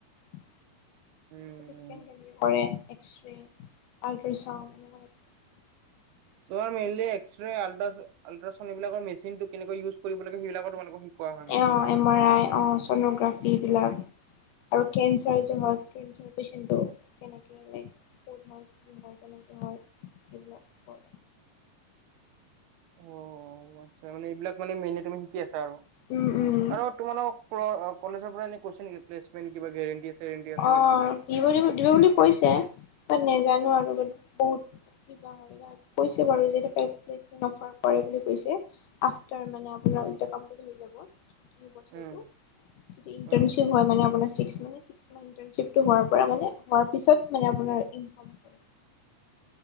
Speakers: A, on the left; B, on the right.
A: <unintelligible>
B: উম,
A: চিটি স্কেন কেনেকে কৰে এক্সৰে আল্ট্ৰাচাউণ্ড এনেকুৱা টাইপৰ <unintelligible>
B: চব মিলি আল্ট্ৰাচাউণ্ড আল্ট্ৰাচাউণ্ড এইবিলাকৰ মেচিনটো কেনেকৈ ইউজ। কৰিব লাগে সেইবিলাকো তোমালোকক শিকোৱা হয় মেইনলি।
A: অ এম আৰ আই অঁ ছনোগ্ৰাফীবিলাক। আৰু কেঞ্চাৰ যে হয় কেঞ্চাৰ পেচেণ্টটো কেনেকৈ লাইক ক'ত হয় কি হয় কেনেকৈ হয়। এইবিলাক।
B: অ আচ্ছা মানে এইবিলাক মানে মেনলি তুমি শিকি আছা ত আৰু,
A: উম উম
B: আৰু তোমালোকৰ কলেজৰ পৰা কৈছে নেকি প্লেচমেণ্ট কিবা গেৰেণ্টি আছে। চেৰেণ্টি
A: অ
B: নেকি কিবা?
A: দিব দিব বুলি কৈছে বাট নাজানোঁ আৰু বহুত। গাহৰি গাত কৈছে বাৰু যদি প্লেচমেণ্ট অফাৰ পাই বুলি কৈছে আফটাৰ আপোনাৰ। যে কমপ্লিট হৈ যাব এই বছৰটো‌
B: উম,
A: তেতিয়া ইণ্টাৰ্নছিপ
B: উম।
A: হয় মানে ছিক্স মানে ছিক্স। ইণ্টাৰ্নশিপটো হোৱাৰ পৰা মানে হোৱাৰ পিছত মানে ইনকাম কৰে।